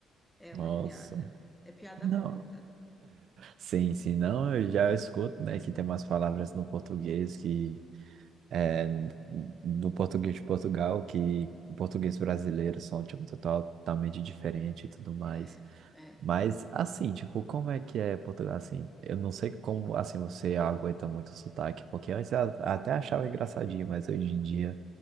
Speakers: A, in the centre; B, on the right.
A: é
B: Nossa.
A: uma piada. É piada
B: Não.
A: pronta.
B: Sim, sim, não, eu já escuto, né, que tem umas palavras no português que é, do português de Portugal, que o português brasileiro são, tipo, totalmente diferente e tudo mais.
A: É, é,
B: Mas, assim, tipo, como é que é Portugal, assim? Eu não sei como, assim, você aguenta muito o sotaque, porque antes eu até achava engraçadinho, mas hoje em dia